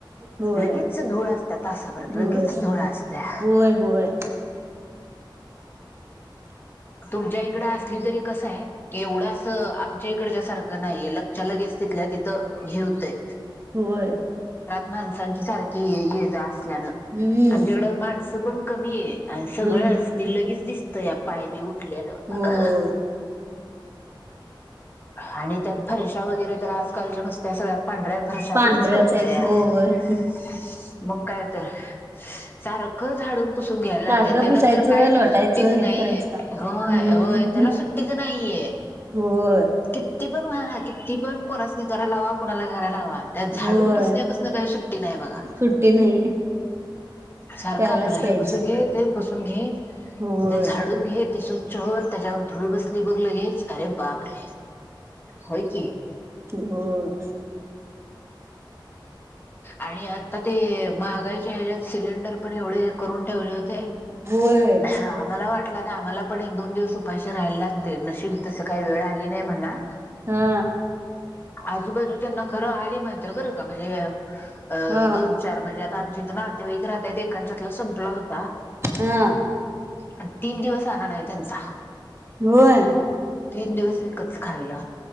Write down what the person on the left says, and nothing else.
लगेच धुळा असता तासाभरात
लगेच धुळा असत्या.
तुमच्या इकड असली तरी कसं आहे एवढ असं आम इकडच्या सारखं नाहीये लगच्या लगेच तिथल्या तिथं घेऊ ते.
माणसांची सारखी ये ये-जा
आमच्याकड माणसं पण कमी आहे अन सगळंच
ते लगेच दिस तयार पाय बी उट लेल. अहं
<inaudible> आणि त्यात फर्शाव <unintelligible> तर आज कालच्या नुसतं त्या सगळ्या पांढऱ्या फरशा
लगीच कळतया
<inaudible> मग काय तर सारखं झाडून, पुसूनं घ्यायला लागतयं
त्याला
तर काय
तरी सुट्टीचं
नाही
याय.
होय
होय त्याला सुट्टीच नाहीये.
किती पण वाळा किती पण पोरासनी करायला लावा कुणाला <unintelligible> त्यात झाडून
पुसण्यापासनं काय सुट्टी नाही बघा,
सारखं
आपलं हे
पुसून घे, ते पुसून घे,
ते झाडून घे ते सु चहर त्याच्यावर धुळ बसली बघ लगे अरे बापरे! होय की
आणि आता ते महागाईचे <unintelligible> सिलेंडर पण एवढे हे करून ठेवलं हो ते
आम्हाला वाटलं का आम्हाला पण एक दोन दिवस उपाशी राहायला लागतंय नु <unintelligible> तसं काय वेळ आली. नाही म्हणा
आजूबाजूच्याना खर आली मा तर बरं का म्हणजे अ
दोन चार म्हणजे आता आमचे इथं नातेवाईक राहत्यात एकांच्यातला संपला होता,
आणि तीन दिवस आला नाही त्यांचा
तीन दिवस विकतच खाल्लं